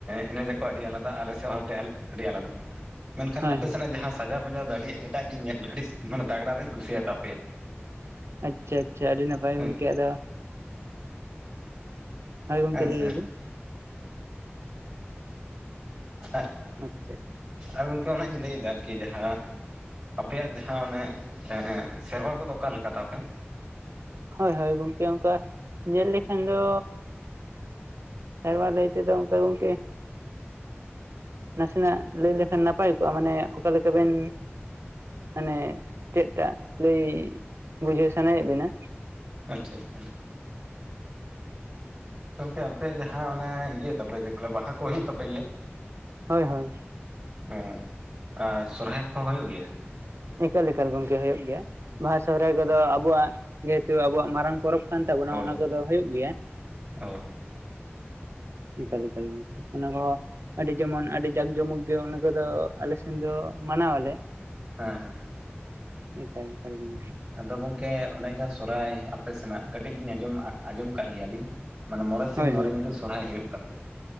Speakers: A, on the right (about 20°); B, on the right (about 75°).
A: ᱮᱱᱮᱡ ᱟᱠᱚ ᱟᱹᱰᱤ ᱟᱞᱟᱫᱟ ᱟᱞᱮ ᱥᱮᱫ ᱦᱚᱲ ᱟᱹᱰᱤ ᱟᱞᱟᱫᱟ᱾ ᱢᱮᱱᱠᱷᱟᱱ
B: ᱦᱳᱭ
A: ᱟᱯᱮ
B: ᱦᱳᱭ
A: ᱥᱮᱱᱟᱜ ᱡᱟᱦᱟᱸ ᱥᱟᱡᱟᱣ ᱵᱟᱡᱟᱣ ᱫᱚ ᱟᱹᱰᱤ ᱮᱴᱟᱜ ᱜᱤᱧ ᱧᱮᱞ ᱟᱹᱰᱤ ᱢᱟᱱᱮ ᱛᱟᱜᱽᱲᱟ ᱛᱤᱧ ᱠᱩᱥᱤ ᱟᱛᱟᱯᱮᱭᱟ᱾
B: ᱟᱪᱪᱷᱟ ᱟᱪᱪᱷᱟ ᱟᱹᱰᱤ ᱱᱟᱯᱟᱭ
A: ᱦᱮᱸ
B: ᱜᱚᱝᱠᱮ ᱟᱫᱚ ᱦᱮᱸ ᱜᱚᱢᱠᱮ
A: ᱦᱮᱸᱥᱮ
B: ᱞᱟᱹᱭ ᱵᱤᱱ
A: ᱟᱜ
B: ᱟᱪᱪᱷᱟ᱾
A: ᱟᱨ ᱜᱚᱢᱠᱮ ᱚᱱᱟᱹᱧ ᱞᱟᱹᱭᱮᱫᱟ ᱟᱨᱠᱤ ᱡᱟᱦᱟᱸ ᱟᱯᱮᱭᱟᱜ ᱡᱟᱦᱟᱸ ᱚᱱᱮ ᱥᱮᱨᱣᱟ ᱠᱚᱫᱚ ᱚᱠᱟᱞᱮᱠᱟ ᱛᱟᱯᱮ?
B: ᱦᱳᱭ ᱦᱳᱭ ᱜᱚᱝᱠᱮ ᱚᱱᱠᱟ ᱧᱮᱞ ᱞᱮᱠᱷᱟᱱ ᱫᱚ ᱥᱮᱨᱣᱟ ᱞᱟᱹᱭ ᱛᱮᱫᱚ ᱚᱱᱠᱟ ᱜᱚᱝᱠᱮ ᱱᱟᱥᱮᱱᱟᱜ ᱞᱟᱹᱭ ᱞᱮᱠᱷᱟᱱ ᱱᱟᱯᱟᱭ ᱠᱚᱜᱼᱟ ᱢᱟᱱᱮ ᱚᱠᱟ ᱞᱮᱠᱟ ᱵᱮᱱ ᱢᱟᱱᱮ ᱪᱮᱫᱠᱟᱜ ᱞᱟᱹᱭ ᱵᱩᱡᱷᱟᱹᱣ ᱥᱟᱱᱟᱭᱮᱫ ᱵᱮᱱᱟ
A: ᱟᱪᱪᱷᱟ ᱟᱪᱪᱷᱟ᱾ ᱜᱚᱢᱠᱮ ᱟᱯᱮ ᱡᱟᱦᱟᱸ ᱚᱱᱮ ᱤᱭᱟᱹ ᱛᱟᱯᱮ ᱪᱮᱫ ᱠᱚ ᱞᱟᱹᱭᱟ ᱵᱟᱦᱟ ᱠᱚ ᱦᱩᱭᱩᱜ ᱛᱟᱯᱮ ᱜᱮᱭᱟ?
B: ᱦᱳᱭ ᱦᱳᱭ᱾
A: ᱚ ᱟᱨ ᱥᱚᱨᱦᱟᱭ ᱠᱚᱦᱚᱸ ᱦᱳᱭᱳᱜ ᱜᱮᱭᱟ?
B: ᱮᱠᱟᱞ ᱮᱠᱟᱞ ᱜᱚᱝᱠᱮ ᱦᱳᱭᱳᱜ ᱜᱮᱭᱟ ᱾ ᱵᱟᱦᱟ ᱥᱚᱦᱨᱟᱭ ᱠᱚᱫᱚ ᱟᱵᱚᱣᱟᱜ ᱡᱮᱦᱮᱛᱩ ᱟᱵᱚᱣᱟᱜ ᱢᱟᱨᱟᱝ ᱯᱚᱨᱚᱵᱽ ᱠᱟᱱ ᱛᱟᱵᱚᱱᱟ
A: ᱦᱳᱭ
B: ᱚᱱᱟ ᱠᱚᱫᱚ ᱦᱩᱭᱩᱜ ᱜᱮᱭᱟ
A: ᱚ
B: ᱮᱠᱟᱞ ᱮᱠᱟᱞ ᱚᱱᱟᱠᱚ ᱟᱹᱰᱤ ᱡᱮᱢᱚᱱ ᱟᱹᱰᱤ ᱡᱟᱠ ᱡᱚᱢᱚᱠ ᱜᱮ ᱚᱱᱟ ᱠᱚᱫᱚ ᱟᱞᱮ ᱥᱮᱱ ᱫᱚ ᱢᱟᱱᱟᱣ ᱟᱞᱮ
A: ᱦᱟᱸ ᱦᱟᱸ
B: ᱟᱹᱰᱤ ᱠᱷᱚᱢᱜᱮ ᱜᱚᱢᱠᱮ
A: ᱟᱫᱚ ᱜᱚᱢᱠᱮ ᱚᱱᱮ ᱡᱟᱦᱟᱸ ᱥᱚᱨᱚᱦᱟᱭ ᱟᱯᱮ ᱥᱮᱱᱟᱜ ᱠᱟᱹᱴᱤᱡ ᱞᱤᱧ ᱟᱸᱡᱚᱢᱼᱟᱸᱡᱚᱢ ᱠᱟᱜ ᱜᱮᱭᱟᱞᱤᱧ ᱢᱟᱱᱮ ᱢᱚᱬᱮᱸ ᱥᱤᱧ
B: ᱦᱳᱭ
A: ᱢᱚᱬᱮᱸ
B: ᱦᱳᱭ
A: ᱧᱤᱫᱟᱹ ᱥᱚᱨᱦᱟᱭ ᱦᱩᱭᱩᱜ ᱛᱟᱯᱮᱭᱟ,